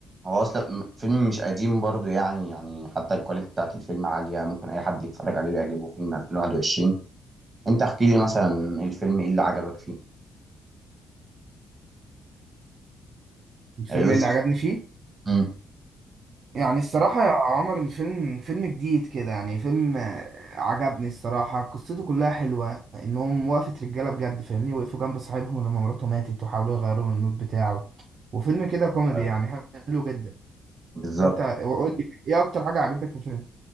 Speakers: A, on the right; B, on the right.
A: هو اصلا م- فيلم مش قديم برضه يعني يعني حتى الكواليتي بتاعت الفيلم عالية ممكن اي حد يتفرج عليه ويعجبه فيلم 2021 انت احكي لي مثلا الفيلم ايه اللي عجبك فيه
B: الفيلم
A: يا يوسف؟
B: ايه اللي عجبني فيه
A: امم
B: يعني الصراحه يا عمر الفيلم فيلم جديد كده يعني فيلم آه، عجبني الصراحه قصته كلها حلوه انهم وقفه رجاله بجد فاهمني وقفوا جنب صاحبهم لما مراته ماتت وحاولوا يغيروا من المود بتاعه وفيلم كده
A: أيوة،
B: كوميدي
A: أيوة،
B: يعني حلو جدا
A: بالظبط
B: انت قول لي ايه اكتر حاجه عجبتك في الفيلم